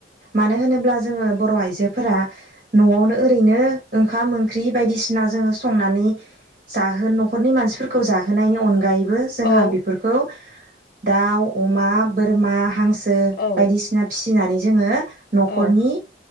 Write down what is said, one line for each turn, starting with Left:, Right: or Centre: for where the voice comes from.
Right: मानो होनोब्ला जोङो बर' आइजो फोरा न'आवनो ओरैनो ओंखाम ओंख्रि बायदिसिना जोङो संनानै जाहो न'खरनि मानसिफोरखौ जाहोनायनि अनगायै बो जोंहा
Left: औ
Right: बेफोरखौ दाउ, अमा, बोरमा, हांसो आरो
Left: औ
Right: बायदिसिना फिसि फिनानै जोङो न'खरनि
Left: औ